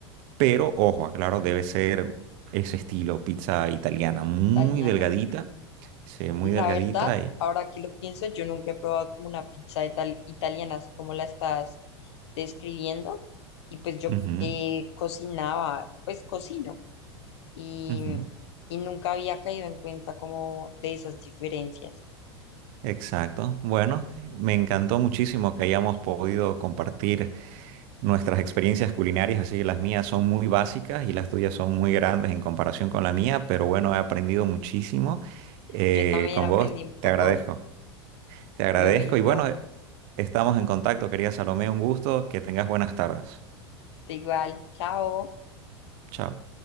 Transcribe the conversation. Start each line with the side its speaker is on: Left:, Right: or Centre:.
Right: pero ojo, aclaro, debe ser ese estilo, pizza italiana, muy
Left: italiana.
Right: delgadita, sí, muy
Left: La
Right: delgadita
Left: verdad,
Right: y...
Left: ahora que lo pienso, yo nunca he probado como una pizza ital- italiana, así como la estás describiendo. Y pues yo
Right: ujú,
Left: eh, cocinaba, pues cocino. y,
Right: ujú,
Left: y nunca había caído en cuenta como de esas diferencias.
Right: Exacto. Bueno, me encantó muchísimo que hayamos podido compartir Nuestras experiencias culinarias, así las mías son muy básicas y las tuyas son muy grandes en comparación con la mía, pero bueno, he aprendido muchísimo eh,
Left: Yo también
Right: con
Left: aprendí
Right: vos.
Left: un poco
Right: Te agradezco.
Left: hoy.
Right: Te agradezco
Left: Lo mismo,
Right: y bueno, estamos en contacto, querida Salomé, un gusto, que tengas buenas tardes.
Left: de igual. Chao.
Right: Chao.